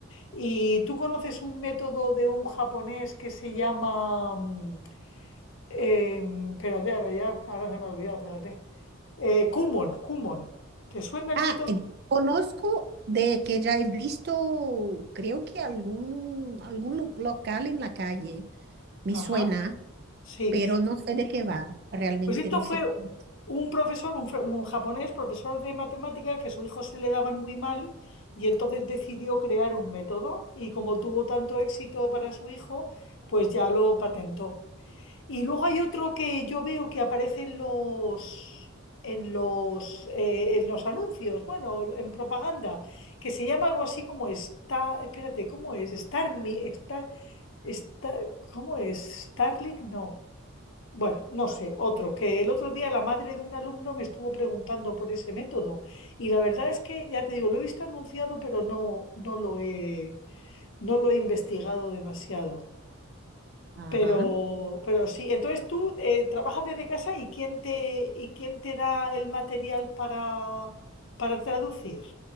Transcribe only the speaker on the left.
¿Y tú conoces un método de un japonés que se llama... mm, eh, espérate, ahora ya, ahora se me ha olvidado, fíjate. Eh, Kumon, Kumon. ¿Te suena el
método?
Ajá,
sí.
Pues esto
fue
un profesor, un, fr- un japonés, profesor de matemáticas, que a su hijo se le daban muy mal y entonces decidió crear un método y como tuvo tanto éxito para su hijo, pues ya lo patentó. Y luego hay otro que yo veo que aparece en los, en los, eh, en los anuncios, bueno, en propaganda, que se llama algo así como está, espérate, ¿cómo es? Star, Mi- Star, Star- ¿cómo es? Starlink, no. Bueno, no sé, otro, que el otro día la madre de un alumno me estuvo preguntando por ese método y la verdad es que, ya te digo, lo he visto anunciado, pero no, no lo he, no lo he investigado demasiado.
Pero, pero sí, entonces tú eh, trabajas desde casa y quién te, y quién te da el material para, para traducir.